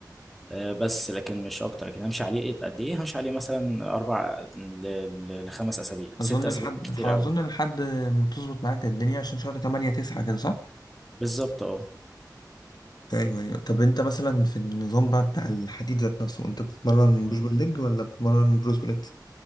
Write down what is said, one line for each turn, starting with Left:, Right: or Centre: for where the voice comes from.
Centre: آه، بس لكن مش اكتر لكن همشي عليه إيه؟ قد ايه همشي عليه مثلا اربع ل- ل- لخمس اسابيع ست
Left: اظن
Centre: اسابيع
Left: لحد
Centre: كتير
Left: ح- اظن
Centre: قوي
Left: لحد ما تظبط معاك الدنيا عشان شهر 8 9 كده صح
Centre: بالظبط اه
Left: ايوه ايوه طب انت مثلا في النظام بقى بتاع الحديد ذات نفسه انت بتتمرن
Centre: آه.
Left: بوش بول ليج ولا بتتمرن بروس بليت